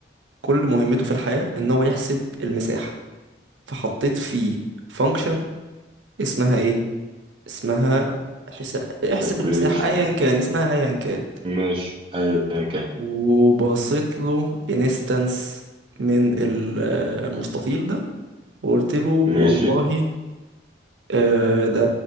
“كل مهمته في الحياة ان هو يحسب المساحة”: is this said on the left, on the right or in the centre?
Right